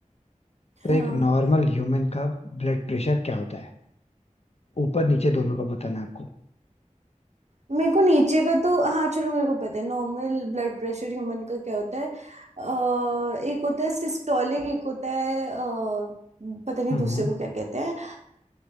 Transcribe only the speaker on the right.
हाँ
मेरे को नीचे का तो हाँ चलो मेरे को पता है नॉर्मल ब्लड प्रेशर ह्यूमन का क्या होता है अ, एक होता है सिस्टोलिक एक होता है अ, पता नहीं
दूसरे को क्या कहते हैं